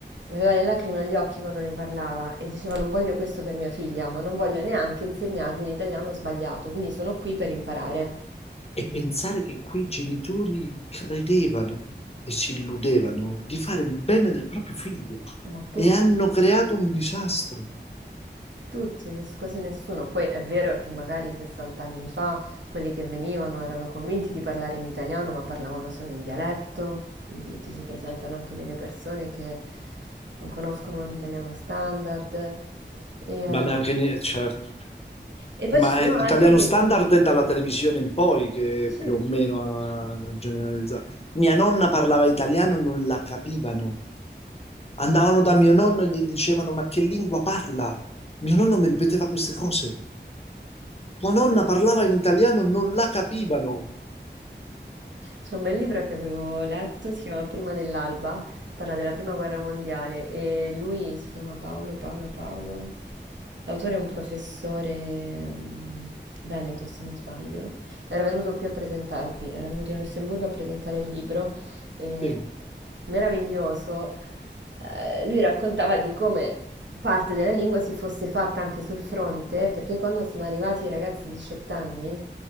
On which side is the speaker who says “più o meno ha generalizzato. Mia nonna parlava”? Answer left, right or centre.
Left